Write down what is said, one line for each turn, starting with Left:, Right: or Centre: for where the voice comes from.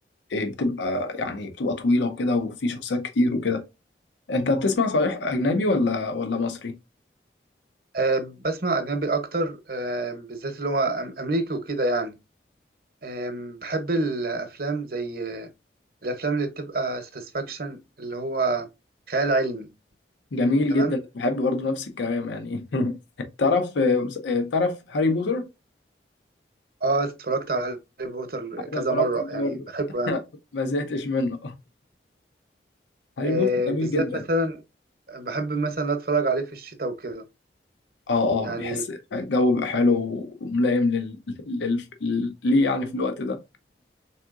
Left: إيه بتبقى يعني بتبقى طويله وكده وفي شخصيات كتير وكده انت بتسمع صحيح اجنبي ولا ولا مصري
Right: آه بسمع اجنبي اكتر آه بالذات اللي هو أم- امريكي وكده يعني أم، بحب الأفلام زي آه، الأفلام اللي بتبقى ساتسفاكشن اللي هو خيال علمي
Left: جميل
Right: تمام
Left: جدا بحب برضه نفس الكلام يعني <laughs> تعرف تعرف هاري بوتر
Right: اه اتفرجت على هاري بوتر كذا
Left: انا اتفرجت
Right: مرة
Left: عليه
Right: يعني
Left: برضه
Right: بحبه يعني
Left: <laughs> ما زهقتش منه <laughs> هاري
Right: آه
Left: بوتر جميل
Right: بالذات
Left: جدا
Right: مثلا بحب مثلا أتفرج عليه في الشتاء وكده
Left: اه
Right: يعني
Left: اه بيحس الجو بيبقى حلو وملائم لل... لل... لل... ليه يعني في الوقت ده